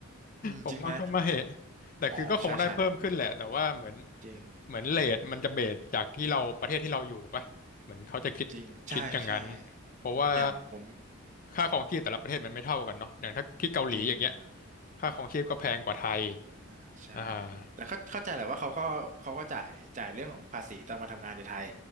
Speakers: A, on the right; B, on the left.
A: อืมจริงไหม
B: ผมว่าก็ไม่แต่คือก็คงได้เพิ่มขึ้นแหละแต่ว่าเหมือน
A: อ๋อใช่ใช่จริง
B: เหมือนเรทมันจะเบสจากที่เราประเทศที่เราอยู่ปะเหมือนเขาจะคิดคิดอย่างนั้น
A: จริงใช่ใช่
B: เพราะว่า
A: อย่างผม
B: ค่าครองชีพแต่ละประเทศมันไม่เท่ากันเนาะอย่างถ้าที่เกาหลีอย่างเงี้ย
A: จริงครับ
B: ค่าครองชีพก็แพงกว่าไทย
A: อ่าใช่
B: อ่า
A: แต่เข้าเข้าใจแหละว่าเขาก็เขาก็จ่ายจ่ายเรื่องของภาษีตอนมาทำงานในไทย